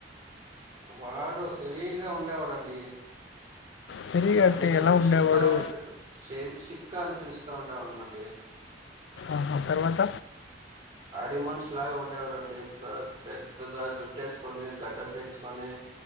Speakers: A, on the right; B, on the left.
A: వాడు సరిగా ఉండేవాడండి
B: సిరి
A: వాన్నీ
B: అంటే
A: నేను
B: ఎలా ఉండేవాడు
A: షిక్కా అని పిల్ షిక్క అని పిలుస్తా ఉండేవాళ్ళమండి
B: ఆహ తర్వాత
A: అడవి మనిషిలాగా ఉండేవాడండి పెద్దగా జుట్టేసుకొని గడ్డం పెంచుకొని